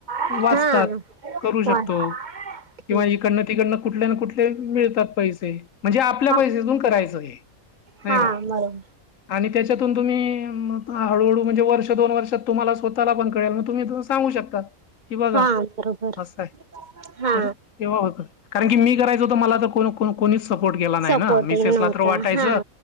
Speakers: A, on the right; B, on the left.
A: हा
B: वाचतात करू
A: वा
B: शकतो.
A: ठीक
B: किवा इकडं ड कुठले ना कुठले मिळतात पैसे म्हणजे आपल्या
A: हा
B: पैसेेतून करायचं हे. नाही
A: हा
B: का
A: बरो
B: आणि त्याच्यातून तुम्ही हळूहळू म्हणजे वर्ष दोन वर्षात तुम्हाला स्वतःला पण कळेल तुम्ही सगू शकतात. कि बघा
A: हा बरोबर
B: असं आहे
A: हा
B: तर तेव्हा होत कारण की मी करायचं होत मला तर कोण कोणीच सपोर्ट केला नाही
A: सपोर्ट
B: ना मिसेसला
A: हे नव्हता
B: तर वाटायचं
A: हा